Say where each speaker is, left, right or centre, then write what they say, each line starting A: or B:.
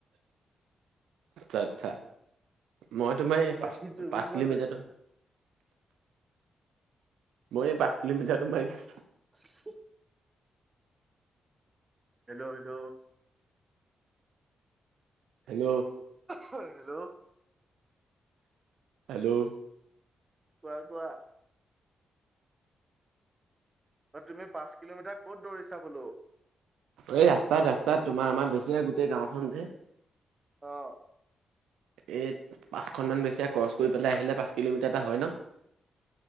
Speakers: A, on the right; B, on the right.
A: আচ্ছা, আচ্ছা। মই তোমাৰ এই
B: বাকী
A: পাঁচ
B: তুমি
A: পাঁচ
B: ক'ত
A: কিলোমিটাৰটো
B: দৌৰি আছা?
A: মই এই পাচ কিলোমিটাৰতো মাৰি আছো।
B: অ', <unintelligible> hello hello?
A: Hello?
B: Hello?
A: Hello?
B: কোৱা কোৱা। অ' তুমি পাঁচ কিলোমিটাৰ ক'ত দৌৰিছা বোলো?
A: এই ৰাস্তাত ৰাস্তাত তোমাৰ আমাৰ বেছেৰীয়া গোটেই গাঁওখন যে
B: অ',
A: এই পাঁচখন মান বেছেৰীয়া ক্ৰচ কৰি পেলাই আহিলে পাঁচ কিলোমিটাৰ এটা হয় ন?